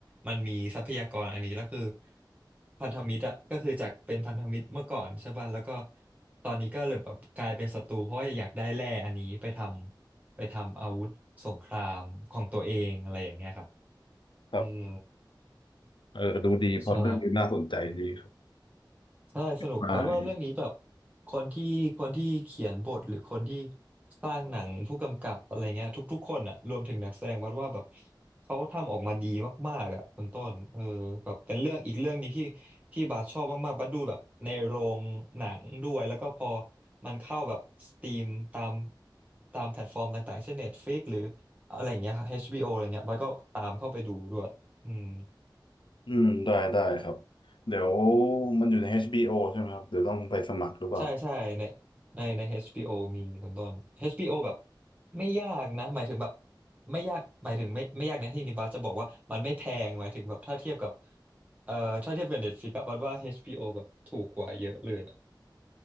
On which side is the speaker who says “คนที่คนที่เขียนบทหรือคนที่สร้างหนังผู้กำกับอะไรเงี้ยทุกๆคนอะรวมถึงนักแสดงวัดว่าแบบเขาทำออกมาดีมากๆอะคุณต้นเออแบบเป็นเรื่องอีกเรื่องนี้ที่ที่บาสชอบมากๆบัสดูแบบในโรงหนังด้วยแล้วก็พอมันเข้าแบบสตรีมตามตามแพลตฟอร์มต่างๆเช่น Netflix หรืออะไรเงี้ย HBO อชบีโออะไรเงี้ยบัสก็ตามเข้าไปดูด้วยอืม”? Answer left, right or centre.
Right